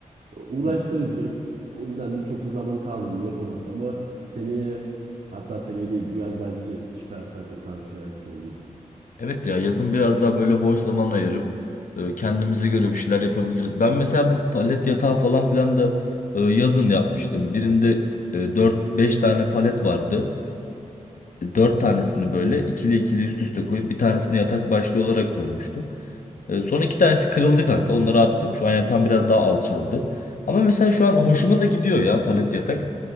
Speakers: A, on the right; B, on the left.
A: Uğraştırıcı.
B: Hı hı.
A: O yüzden de çok da zaman kalmıyor yapamadık ama seneye Hatta seneye değil bu yaz belki çıkarsak o tarz bir şeyler düşünebiliriz.
B: Evet ya yazın biraz daha böyle boş zaman ayırıp e, kendimize göre bir şeyler yapabiliriz. Ben mesela bu palet yatağı falan filan da e, yazın yapmıştım. Birinde e, dört beş tane palet vardı. Dört tanesini böyle ikili ikili üst üste koyup bir tanesini yatak başlığı olarak koymuştum. E, Sonra iki tanesi kırıldı kanka. Onları attım. Şu an yatağım biraz daha alçaldı. Ama mesela şu an hoşuma da gidiyor ya palet yatak.